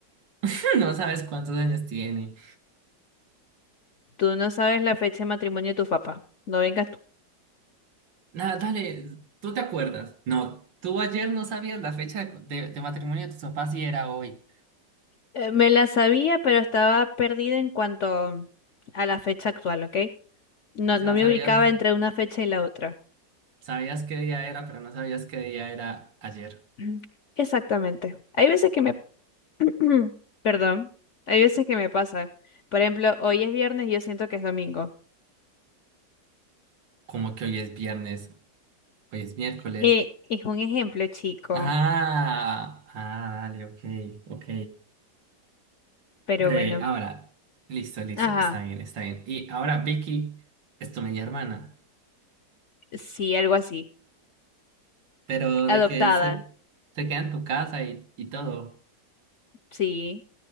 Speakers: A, on the right; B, on the left.
A: <laughs> No sabes cuántos años tiene.
B: Tú no sabes la fecha de matrimonio de tu papá. No vengas tú.
A: nada dale, ¿tú te acuerdas? No, tú ayer no sabías la fecha de, de- de matrimonio de tus papás y era hoy.
B: Eh, me la sabía, pero estaba perdida en cuanto a la fecha actual, ¿ok? No,
A: O sea,
B: no me
A: sabías,
B: ubicaba entre una fecha y la otra.
A: sabías qué día era, pero no sabías qué día era ayer.
B: <clears throat> Exactamente. Hay veces que me <clears throat> Perdón, hay veces que me pasa. Por ejemplo, hoy es viernes y yo siento que es domingo.
A: Como que hoy es viernes. Hoy es miércoles.
B: Eh, es un ejemplo chico,
A: Ah, ah, dale, ok, ok.
B: pero
A: Breve,
B: bueno.
A: ahora. Listo, listo,
B: Ajá,
A: está bien, está bien. Y ahora, Vicky, es tu media hermana,
B: sí, algo así.
A: pero
B: Adoptada,
A: de que se, se queda en tu casa y, y todo.
B: sí,